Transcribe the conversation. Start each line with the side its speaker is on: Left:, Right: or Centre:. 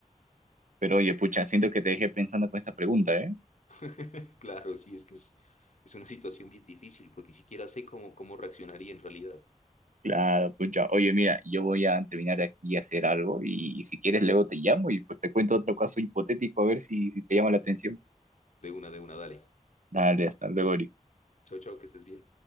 Right: Pero oye, pucha, siento que te dejé pensando con esta pregunta, ¿eh?
Left: <laughs> Claro, sí, es que es, es una situación bien difícil, pues ni siquiera sé cómo, cómo reaccionaría en realidad.
Right: Claro, pucha. Oye, mira, yo voy a terminar de aquí a hacer algo y, y si quieres luego te llamo y pues te cuento otro caso hipotético a ver si, si te llama la atención.
Left: De una, de una, dale.
Right: Dale, hasta luego, Eric.
Left: Chao, chao, que estés bien.